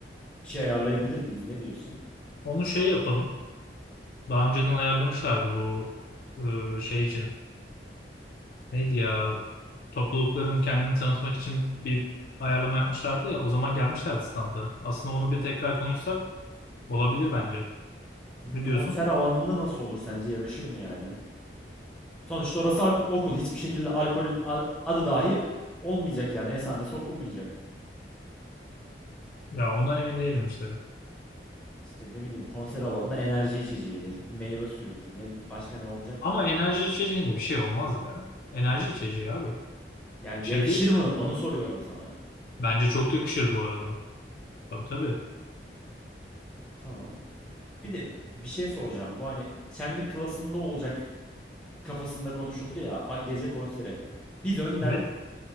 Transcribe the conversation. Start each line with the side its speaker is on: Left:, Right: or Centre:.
Centre: bir şey ayarlayabilir miyiz? Ne diyorsun?
Left: onu şey yapalım. Daha önceden ayarlamışlardı bu e, şey için. Neydi ya toplulukların kendini tanıtmak için bir ayarlama yapmışlardı ya. O zaman gelmişlerdi standa. Aslında onu bir tekrar konuşsak olabilir bence.
Centre: Hmm,
Left: Ne
Centre: Konser
Left: diyorsun?
Centre: alanında nasıl olur sence? Yakışır mı yani? Sonuçta orası ak- okul. Hiçbir şekilde alkolün a- adı dahi olmayacak yani. Esamesi okunmayacak.
Left: Ya ondan emin değilim işte.
Centre: İşte ne bileyim konser alanında enerji içeceğidir, meyve suyudur. Ne bi- başka ne olacak
Left: Ama
Centre: ki?
Left: enerji içeceğine bir şey olmaz ya. Enerji içeceği abi.
Centre: Yani
Left: Şey
Centre: yakışır
Left: değil.
Centre: mı? Onu soruyorum sana.
Left: Bence çok yakışır bu arada. Tabii tabii.
Centre: Tamam. Bir de bir şey soracağım. Bu hani şenlik klasında olacak kafasında konuşuldu ya a- gece konseri. Biz önden
Left: Evet.